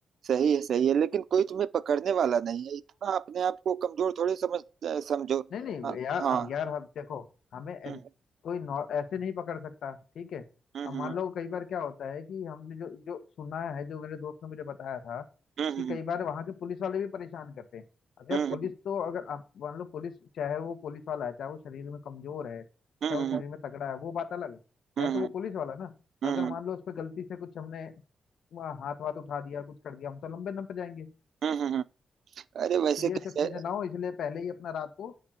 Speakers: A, on the right (about 70°); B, on the left (about 80°).
A: सही है सही है लेकिन कोई तुम्हें पकड़ने वाला नहीं है इतना अपने आप को कमजोर थोड़ी समझ समझो
B: नहीं नहीं
A: हाँ
B: यार
A: हाँ
B: अब यार हम देखो हमें एन-
A: हम्म
B: कोई नौ- ऐसे नहीं पकड़ सकता ठीक है
A: हम्म
B: अब मान लो कई बार क्या होता है कि हमने जो जो सुना है जो मेरे दोस्त ने मुझे बताया था
A: हम्म
B: कि कई बार वहां के पुलिस वाले भी परेशान करते हैं अब यार
A: हम्म
B: पुलिस
A: हम्म
B: तो अगर आप मान लो पुलिस चाहे वो पुलिस वाला है चाहे वो शरीर में कमजोर है चाहे
A: हम्म
B: वो शरीर
A: हम्म
B: में तगड़ा है वो बात अलग
A: हम्म
B: है है तो
A: हम्म
B: वो पुलिस वाला ना
A: हम्म
B: अगर मान लो उस पर गलती से कुछ हमने वहाँ हाथ वाथ उठा दिया कुछ कर दिया हम तो लंबे दम पे जाएंगे
A: हम्म हम्म अरे वैसे
B: तो ये
A: कैसे
B: सब चीजें ना हो इसलिए पहले ही अपना रात को